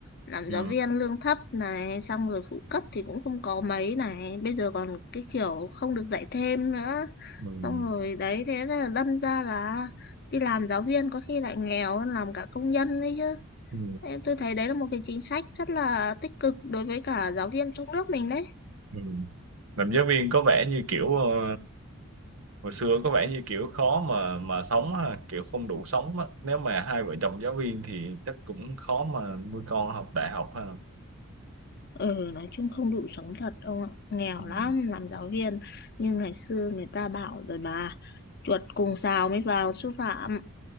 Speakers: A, on the left (about 50°); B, on the right (about 70°).
A: làm
B: Ừ.
A: giáo viên lương thấp này xong rồi phụ cấp thì cũng không có mấy này bây giờ còn cái kiểu không được dạy thêm nữa
B: Ừ.
A: xong rồi đấy thế là đâm ra là đi làm giáo viên có khi lại nghèo hơn làm cả công nhân đấy chứ
B: Ừ.
A: em tôi thấy đấy là một cái chính sách rất là tích cực đối với cả giáo viên trong nước mình đấy
B: Ừ. làm giáo viên có vẻ như kiểu ờ, hồi xưa có vẻ như kiểu khó mà mà sống ha kiểu không đủ sống á nếu mà hai vợ chồng giáo viên thì chắc cũng khó mà nuôi con học đại học ha
A: ừ nói chung không đủ sống thật ông ạ nghèo
B: ừ.
A: lắm làm giáo viên nhưng ngày xưa người ta bảo rồi bà chuột cùng sào mới vào sư phạm